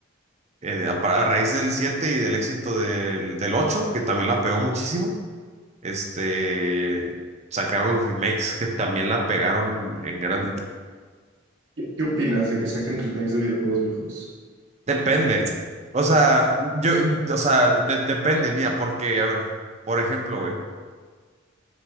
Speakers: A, on the right; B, on the right.
A: eh, a, pa- a raíz del 7 y del éxito del, del ocho que también la pegó muchísimo, este, sacaron los remakes que también la pegaron en grande.
B: ¿Qué, qué opinas de que saquen remakes de videojuegos viejos?
A: Depende. O sea, yo, o sea, de- depende, mía, porque, a ver, por ejemplo, güey.